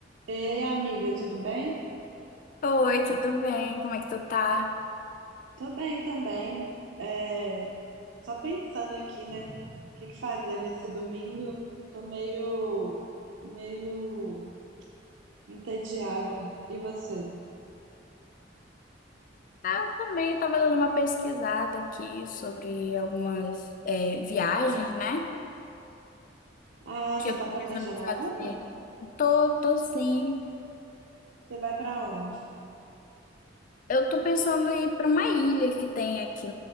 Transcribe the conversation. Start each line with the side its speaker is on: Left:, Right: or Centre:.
Right: Ei, amiga, tudo bem?
Left: Oi, tudo bem? Como é que tu tá?
Right: Tô bem também. É, só pensando aqui, né? O que que fazer nesse domingo? Tô meio, meio entediada. E você?
Left: Ah, eu também, eu tava dando uma pesquisada aqui sobre algumas é, viagens, né?
Right: Ah,
Left: Que
Right: você
Left: eu
Right: tá
Left: tô
Right: planejando
Left: pensando em
Right: alguma?
Left: fazer. Tô, tô sim.
Right: Você vai pra onde?
Left: Eu tô pensando em ir pra uma ilha que tem aqui